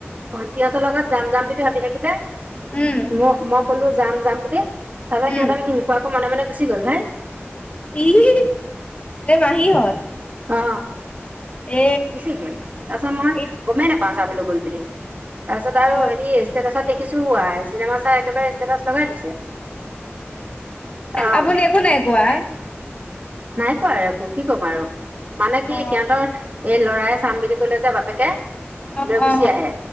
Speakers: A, on the right; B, on the left.
A: ভণ্টিহঁতৰ লগত যাম, যাম বুলি ভাবি থাকোঁতে
B: উম
A: মো-ম যাম, যাম বুলি, তাৰপিছত
B: উম
A: সিহঁতে মোক নোকোৱাকৈ মনে, মনে গুচি গ'ল ভাই।
B: ইহ এ, মাহীহঁত?
A: অ'।
B: এ
A: গুচি গ'ল। তাৰপিছত মই
B: এই
A: গমেই নেপাওঁ চাবলৈ গ'ল বুলি, তাৰপিছত আৰু
B: অ
A: হেৰি ষ্টেটাচত দেখিছোঁ উআই চিনেমা চাই একেবাৰে ষ্টেটাচ লগাই দিছে। অ'।
B: আপুনি একো নাই কোৱা
A: নাই কোৱা আৰু একো, কি ক'ম আৰু! মানে কি
B: অ
A: সিহঁতৰ এই ল'ৰাই চাম বুলি ক'লে যে বাপেকে,
B: অ
A: লৈ গুচি
B: অ
A: আহে।